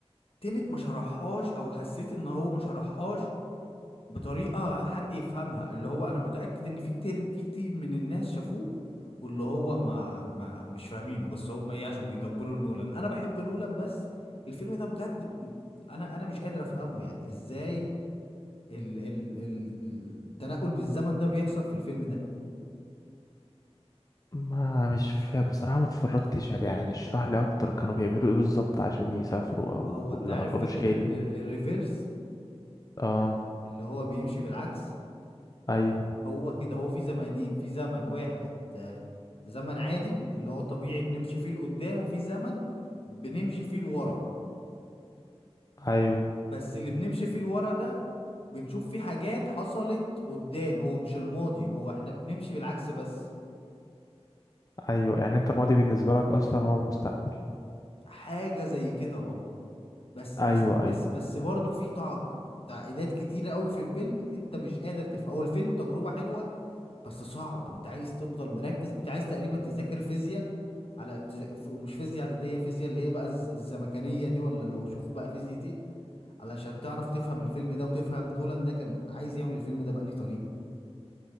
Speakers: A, on the left; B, on the left.
A: تنت ما شرحهاش او حسيت ان هو ما شرحهاش بطريقة حد يفهمها اللي هو انا متأكد ان في كتير في كتير من الناس شافوه واللي هو ما ما مش فاهمينه بس هم ايه عشان بيطبلوا لنولان انا بحب نولان بس الفيلم ده بجد م- انا انا مش قادر افهمه يعني ازاي ال ال ال التنقل بالزمن ده بيحصل في الفيلم ده
B: ما مش فا بصراحة ما اتفرجتش عليه يعني اشرح لي اكتر كانوا بيعملوا ايه بالظبط عشان يسافروا
A: هو
B: او
A: هو
B: ولا
A: انت عارف
B: ما كانوش
A: فكرة
B: جايبين
A: ال- ال- الريفيرس
B: اه
A: اللي هو بيمشي بالعكس
B: ايوه
A: هو كده هو في زمانين في زمن واحد آه، زمن عادي بن- اللي هو طبيعي بنمشي فيه لقدام وفي زمن بنمشي فيه لورا
B: ايوه
A: بس اللي بنمشي فيه لورا ده بنشوف فيه حاجات حصلت قدام هو مش الماضي هو احنا بنمشي بالعكس بس
B: ايوه يعني انت الماضي بالنسبة لك اصلا هو المستقبل
A: حاجة زي كده اه بس
B: ايوه
A: بس بس
B: ايوه
A: بس برضه في تعق- تعقيدات كتيرة قوي في الفيلم انت مش قادر تفهم هو الفيلم تجربة حلوة بس صعب انت عايز تفضل مركز انت عايز تقريبا تذاكر فيزياء على تذا- ف- ومش فيزياء اعداديه فيزياء اللي هي بقى الز- الزمكانيه دي ولا لو شوف بقى فيزياء ايه علشان تعرف تفهم الفيلم ده وتفهم نولان ده كان عايز يعمل الفيلم ده بأنهي طريقه